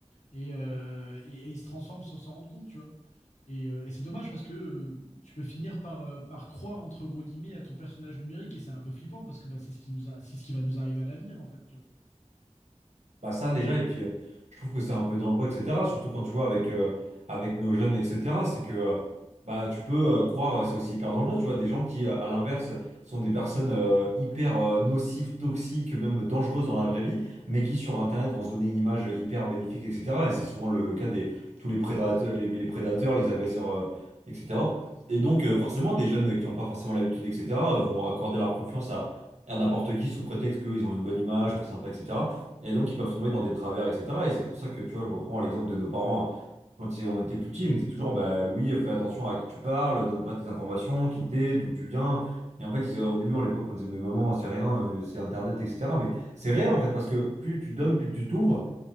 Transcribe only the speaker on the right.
Bah ça déjà, et puis euh, je trouve que c'est un peu dangereux, etc. Surtout quand tu vois avec, euh, avec nos jeunes, etc. C'est que euh, bah, tu peux euh, croire, euh, c'est aussi hyper dangereux, tu vois, des gens qui, euh, à l'inverse, sont des personnes euh, hyper euh, nocives, toxiques, même dangereuses dans la vraie vie, mais qui sur Internet vont se donner une image hyper bénéfique, etc. Et c'est souvent le, le cas des tous les prédateurs, les, les prédateurs, les agresseurs, euh, etc. Et donc euh, forcément, des jeunes qui n'ont pas forcément l'habitude, etc., vont accorder leur confiance à, à n'importe qui sous prétexte qu'ils ont une bonne image, que c'est sympa, etc. Et donc, ils peuvent tomber dans des travers, etc. Et c'est pour ça que, tu vois, je reprends l'exemple de nos parents euh, quand ils- on était plus petits. donc c'est toujours, bah, Louis, euh, fais attention à qui tu parles, donne pas tes informations, qui t'es, d'où tu viens. Et en fait, ils, au début, à l'époque, on disait, mais maman, c'est rien, euh, c'est Internet, etc. Mais c'est réel, en fait, parce que plus tu donnes, plus tu t'ouvres.